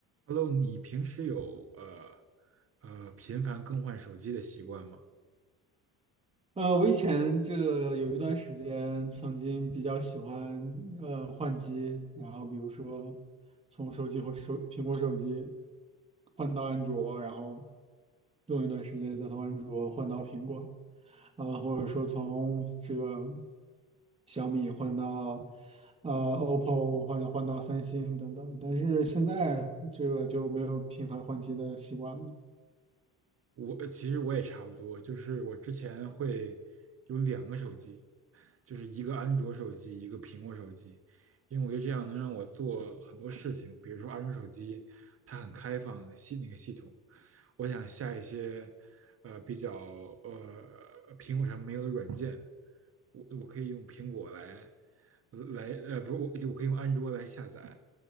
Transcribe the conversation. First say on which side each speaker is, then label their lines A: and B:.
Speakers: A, on the right; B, on the right.
A: Hello，你平时有呃呃频繁更换手机的习惯吗？
B: 呃，我以前这个有一段时间曾经比较喜欢呃换机，然后比如说从手机或手苹果手机换到安卓，然后用一段时间再从安卓换到苹果，啊、或者说从这个小米换到呃 OPPO 换换到三星等等，但是现在这个就没有频繁换机的习惯了。
A: 我呃其实我也差不多，就是我之前会有两个手机，就是一个安卓手机，一个苹果手机，因为我觉得这样能让我做很多事情，比如说安卓手机它很开放系那个系统，我想下一些呃比较呃苹果上没有的软件，我我可以用苹果来来呃不是我我可以用安卓来下载，